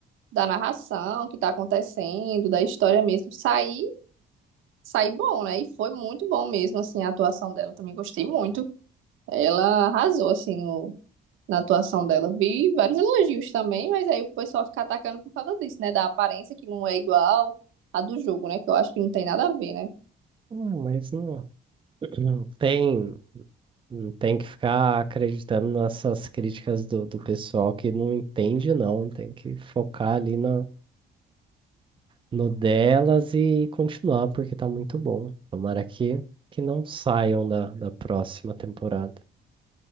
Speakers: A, on the right; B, on the right.
A: da narração, o que tá acontecendo, da história mesmo, sair sair bom, né? E foi muito bom mesmo, assim, a atuação dela. Também gostei muito. Ela arrasou, assim, o- na atuação dela. Vi vários elogios também, mas aí o pessoal fica atacando por causa disso, né? Da aparência que não é igual à do jogo, né? Que eu acho que não tem nada a ver, né?
B: Ah, mas não, Não tem, não tem que ficar acreditando nessas críticas do, do pessoal que não entende, não. Tem que focar ali na, no delas e continuar, porque tá muito bom. Tomara que, que não saiam da, da próxima temporada.